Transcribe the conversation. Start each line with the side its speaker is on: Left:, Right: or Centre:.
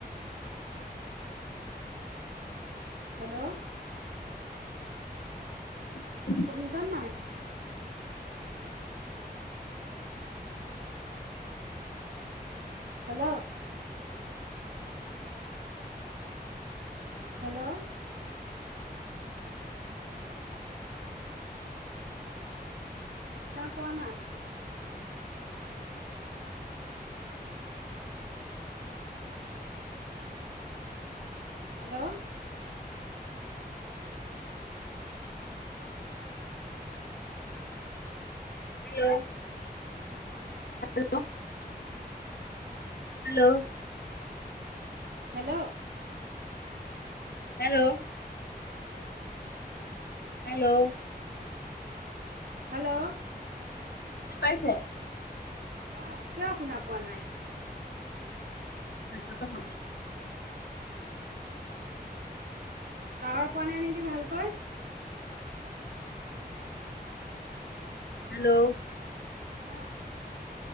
Right: হেল্ল',
Left: <inaudible>
Right: শুনিছা নে নাই? হেল্ল', হেল্ল', শুনা পোৱা নাই? হেল্ল', <unintelligible> শুনা পোৱা নাই।
Left: Hello, hello, hello,
Right: hello,
Left: hello, hello,
Right: hello
Left: বুজি পাইছে,
Right: অ, কিয় শুনা পোৱা নাই?
Left: ছাইত্তৰ পৰা প্ৰব্লেম <unintelligible>
Right: টাৱাৰ পোৱা নাই নেকি ভালকৈ।
Left: হেল্ল',
Right: অ',